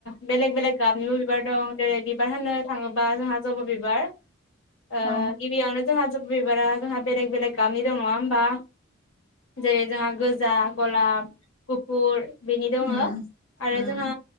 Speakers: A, on the left; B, on the left.
A: बेेलेग बेलेग गाबनिबो बिबार दं जेरै बिबार होननो थाङोबा जोंहा जबा बिबार ।ओ
B: औ
A: गिबियावनो जोंहा बिबारा जोंहा बेलेग बेलेग गाबनि दं नङा होमबा? जेरै जोंहा गोजा, गलाब, गुफुर बेनि दङो
B: उम
A: आरो
B: उम
A: जोंहा